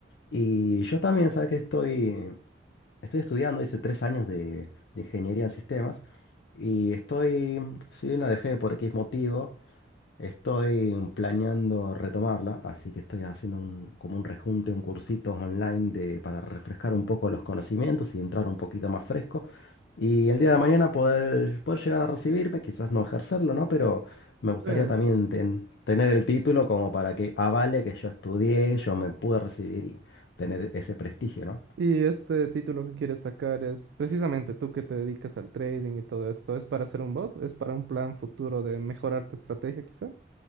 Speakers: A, on the left; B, on the right.
A: Y yo también, ¿sabes que estoy? Estoy estudiando, hice tres años de, de ingeniería en sistemas y estoy, si bien la dejé por X motivo, estoy planeando retomarla, así que estoy haciendo un, como un rejunte, un cursito online de, para refrescar un poco los conocimientos y entrar un poquito más fresco. Y el día de mañana poder, poder llegar a recibirme, quizás no ejercerlo, ¿no? Pero me gustaría
B: Sí.
A: también ten- tener el título como para que avale que yo estudié, yo me pude recibir y tener ese prestigio, ¿no?
B: Y este título que quieres sacar es precisamente tú que te dedicas al trading y todo esto. ¿Es para hacer un bot? ¿Es para un plan futuro de mejorar tu estrategia quizá?